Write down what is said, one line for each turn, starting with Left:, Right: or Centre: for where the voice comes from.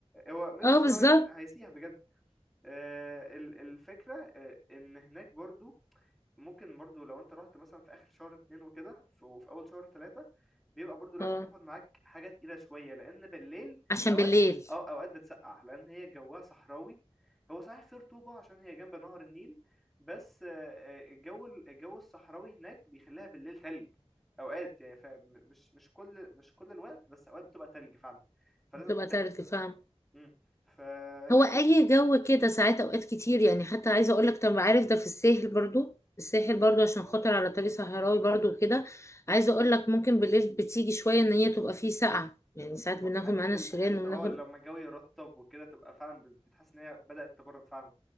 Centre: هو مش
Left: اه
Centre: عشان
Left: بالظبط
Centre: هي... هيسيح بجد آه، ال- الفكرة آه، إن هناك برضو ممكن برضو لو أنت رحت مثلا في آخر شهر اتنين وكده ف- وفي أول شهر تلاتة بيبقى برضو لازم
Left: اه
Centre: تاخد معاك حاجة تقيلة شوية لأن بالليل
Left: عشان
Centre: أوقات
Left: بالليل
Centre: أو أوقات بتسقع لأن هي جواها صحراوي هو صحيح فيه رطوبة عشان هي جنب نهر النيل بس آه، آه، الجو الجو الصحراوي هناك بيخليها بالليل تلج أوقات يعني فمش مش كل مش كل الوقت بس أوقات بتبقى تلج فعلا فلازم
Left: بتبقى
Centre: تتقل
Left: تلج فاهم
Centre: مم. فلكن
Left: هو اي جو كده ساعات اوقات كتير يعني حتى عايزه اقول لك طب عارف ده في الساحل برضو الساحل برضو عشان
Centre: اه
Left: خاطر على طريق صحراوي برضو كده عايزه اقول لك ممكن بالليل بتيجي شويه ان هي تبقى فيه ساقعه يعني ساعات بناخد
Centre: حتة
Left: معانا
Centre: ال...
Left: الشيران
Centre: حتة
Left: وبناخد
Centre: اه لما الجو يرطب وكده تبقى فعلا بت- بتحس ان هي بدأت تبرد فعلا